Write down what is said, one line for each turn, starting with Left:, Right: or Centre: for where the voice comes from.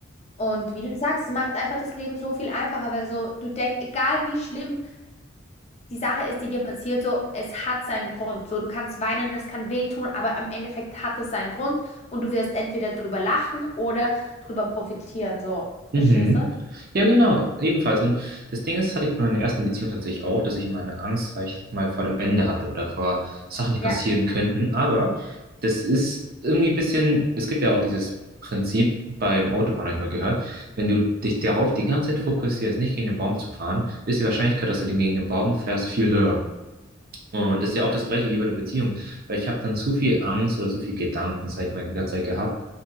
Left: und wie du sagst, es macht einfach das Leben so viel einfacher, weil so du denkst, egal wie schlimm die Sache ist, die dir passiert, so es hat seinen Grund. So, du kannst weinen, das kann wehtun, aber am Endeffekt hat es seinen Grund und du wirst entweder drüber lachen oder drüber profitieren. So,
Right: Mhm.
Left: verstehst du?
Right: Ja, genau, ebenfalls. Und das Ding ist, hatte ich bei meiner ersten Beziehung tatsächlich auch, dass ich immer eine Angst, sag ich mal, vor dem Ende hatte oder vor Sachen, die
Left: Ja.
Right: passieren könnten. Aber das ist irgendwie ein bisschen, es gibt ja auch dieses Prinzip beim Autofahren, habe ich mal gehört, wenn du dich darauf die ganze Zeit fokussierst, nicht gegen den Baum zu fahren, ist die Wahrscheinlichkeit, dass du den gegen den Baum fährst, viel höher. Und
Left: 100 Prozent.
Right: das ist ja auch das Gleiche wie bei der Beziehung, weil ich habe dann zu viel Angst oder zu viel Gedanken, sag ich mal, die ganze Zeit gehabt.